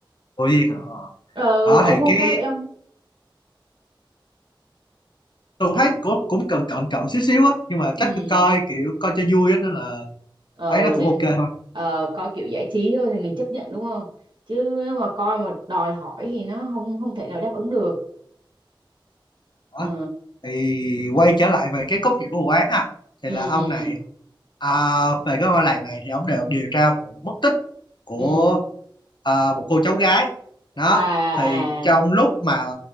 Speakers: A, on the left (about 60°); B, on the right (about 65°).
A: cô Duyên hả? Ờ.
B: ờ,
A: đó
B: ông
A: thì
B: không
A: cái
B: thấy vậy không
A: tôi cũng thấy cũng, cũng cần cận cận xíu xíu á nhưng mà
B: ừ
A: chắc tôi coi kiểu coi cho vui á nên là
B: ờ,
A: thấy nó cũng
B: nên
A: ok thôi
B: ờ, coi kiểu giải trí thôi thì mình chấp nhận đúng không chứ nếu mà coi mà đòi hỏi thì nó không không thể nào đáp ứng được
A: đó
B: ờ,
A: thì quay trở lại về cái cốt truyện của vụ án à thì
B: ừ
A: là ông
B: ừ
A: này à, về cái ngôi làng này thì ông đều điều tra vụ mất tích của
B: ừ
A: à, một cô cháu gái đó
B: à
A: thì trong
B: à
A: lúc mà